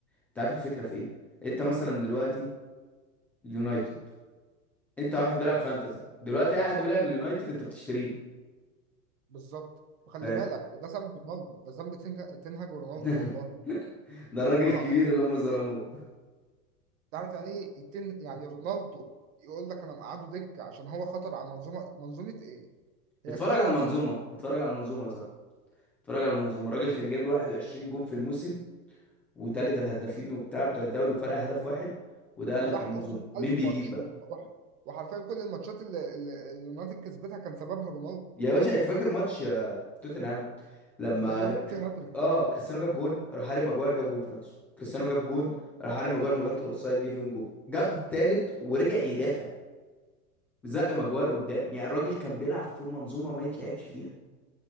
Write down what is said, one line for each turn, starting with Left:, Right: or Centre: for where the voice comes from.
Centre: انت عارف الفكرة في ايه انت مثلا دلوقتي يونايتد انت واحد بيلعب فانتزي دلوقتي اي حد بيلعب اليونايتد انت بتشتريه
Right: بالظبط وخلي
Centre: فاهم
Right: بالك ده ذنب رونالدو ده ذنب تنج- تنهج رونالدو
Centre: <laughs>
Right: والله
Centre: ده الراجل
Right: والله
Centre: الكبير
Right: العظيم
Centre: اللي هم ظلموه
Right: تعرف يعني ايه يتن... يعني رونالدو يقول لك انا مقعده دكه عشان هو خطر على منظومه منظومه ايه هي
Centre: اتفرج
Right: فين المنظومه
Centre: على المنظومة اتفرج على المنظومة صح اتفرج على المنظومة الراجل كان جايب له 21 جون في الموسم وتالت الهدافين وبتاع بتوع الدوري وفرق هدف واحد وده قال
Right: ولحقوا
Centre: لك المنظومة
Right: في
Centre: مين
Right: 1000
Centre: بيجيب
Right: ماتش
Centre: بقى
Right: و- وحرفيا كل الماتشات اللي اللي اللي اليونايتد كسبتها كان سببها رونالدو
Centre: يا باشا انت فاكر ماتش آه، توتنهام لما
Right: اللي جاب
Centre: كر-
Right: فيها هاتريك
Centre: اه
Right: اه
Centre: كريستيانو جاب جون راح هاري ماجواير جاب جون في نفسه كريستيانو جاب جون راح هاري ماجواير مغطي الاوفسايد جه فيهم جون جاب التالت ورجع يدافع زق ماجواير قدام يعني الراجل كان بيلعب في منظومه ما يتلعبش فيها